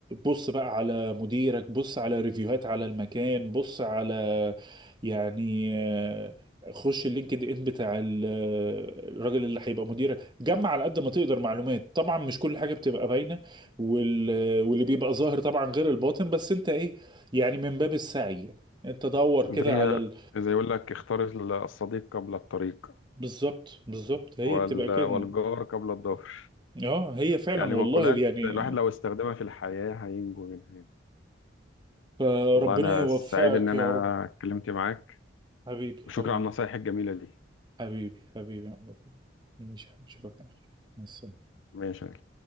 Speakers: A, on the right; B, on the left.
A: بص بقى على مديرك بص على ريفيوهات على المكان بص على يعني آه، خش اللينكد ان بتاع ال- آه، الراجل اللي هيبقى مديرك جمع على قد ما تقدر معلومات طبعا مش كل حاجة بتبقى باينة وال- آه، واللي بيبقى ظاهر طبعا غير الباطن بس انت ايه يعني من باب السعي انت دور كده
B: زي
A: على ال...
B: زي يقول لك اختار الصديق قبل الطريق
A: بالظبط بالظبط هي
B: وال...
A: بتبقى كده
B: والجار قبل الضهر
A: اه هي فعلا
B: يعني
A: والله
B: مقولات
A: يعني
B: الواحد لو استخدمها في الحياه هينجو منها يعني.
A: فربنا
B: والله انا
A: يوفقك
B: سعيد ان انا
A: يا رب
B: اتكلمت معاك
A: حبيبي
B: وشكرا
A: حبيبي
B: على النصايح الجميلة دي
A: حبيبي حبيبي يا عبد الله. ماشي، اشوفك على خير مع السلامة
B: ماشي يا غالي.